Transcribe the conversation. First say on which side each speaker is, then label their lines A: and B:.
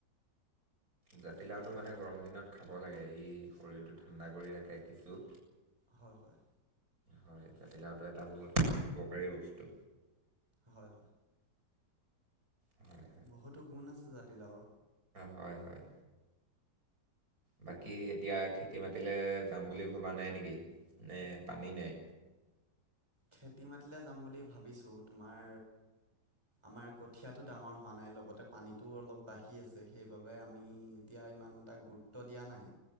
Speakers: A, on the right; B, on the right.
A: জাতিলাওতটো
B: তাকে
A: মানে গৰম দিনত খাব লাগে। ই শৰীৰটো ঠাণ্ডা কৰি ৰাখে কিছু।
B: হয়, হয়।
A: হয় জাতিলাওটো এটা বহুত উপকাৰী বস্তু।
B: হয়।
A: হয়
B: বহুতো গুণ আছে জাতিলাওৰ।
A: হয়, হয়। বাকী এতিয়া খেতি মাতিলে যাম বুলি ভবা নাই নেকি? নে পানী নাই।
B: খেতি মাটিলে যাম বুলি ভাবিছোঁ তোমাৰ আমাৰ কঠীয়াটো ডাঙৰ হোৱা নাই লগতে পানীটোও অলপ বাঢ়ি আছে। সেইবাবে আমি এতিয়া। ইমান এটা গুৰুত্ব দিয়া নাই